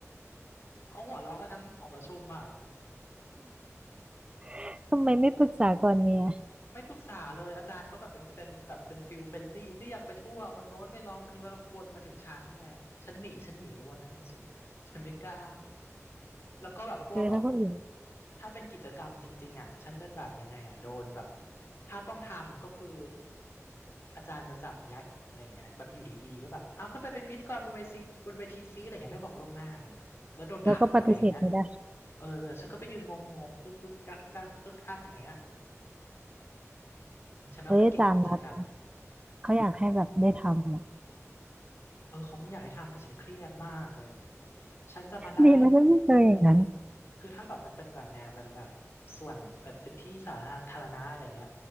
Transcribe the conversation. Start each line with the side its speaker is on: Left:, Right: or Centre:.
Left: เขาหัวเราะกันทั้งหอประชุมอ่ะ
Right: <laughs> ทำไมไม่ปรึกษาก่อนเนี่ย
Left: ไม่ปรึกษาเลยอาจารย์ก็แบบเป็นเฟนแบบเป็นฟิลเฟนลี่เรียกไปทั่วคนโน้นไม่ร้องคนนี้มาร้องคนบนมาถึงฉันไงฉันหนีฉันหนีเลยวันนั้นนะฉันฉันไม่กล้าแล้วก็แบบพวกแบบ
Right: เออถ้าคนอื่น
Left: ถ้าเป็นกิจกรรมจริงๆอ่ะฉันจะแบบยังไงอ่ะโดนแบบถ้าต้องทำก็คืออาจารย์จะจับยัดอะไรอย่างเงี้ยแบบอยู่ดีๆก็แบบเอาเขึ้นไปเป็นพิธีกรบนเวทีบนเวทีซีอะไรเงี้ยไม่บอกล่วงหน้าอะไรเงี้ยแล้วโดนผลักไปอย่างเงี้ย
Right: แล้วก็ปฏิเสธไม่ได้
Left: เออแต่ฉันก็ไปยืนงงๆกึกกึกกักกักเอิกอักอย่างเงี้ยอืมฉันไม่ค่อยเก่งกิจกรรม
Right: เอ้ยอาจารย์รักเขาอยากให้แบบได้ทำอะ
Left: เออเขาคงอยากให้ทำแต่ฉันเครียดมากเลย ฉันจะมาได้
Right: ดีนะฉันไม่เจออย่างนั้น
Left: คือถ้าแบบมันเป็นแบบงานเป็นแบบส่วนแบบเป็นที่สาธารณะอะไรเงี้ย